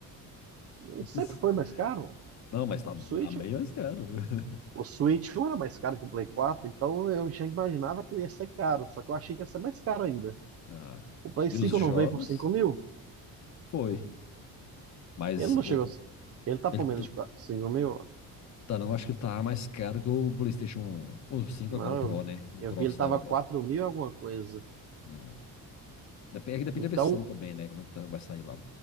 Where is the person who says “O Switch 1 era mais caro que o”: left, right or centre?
Right